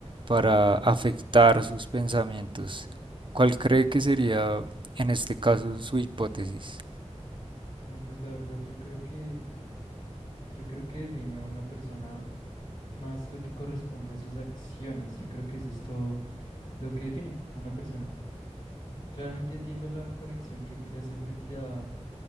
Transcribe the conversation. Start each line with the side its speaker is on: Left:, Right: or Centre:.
Right: para
Left: Mm,
Right: afectar sus pensamientos. ¿Cuál cree que sería en este caso
Left: Claro.
Right: su hipótesis?
Left: No, pues la verdad, yo creo que, yo creo que define a una persona más lo que corresponde a sus acciones. Yo creo que eso es todo lo que define a una persona. Claramente entiendo la conexión que quiere hacer frente ya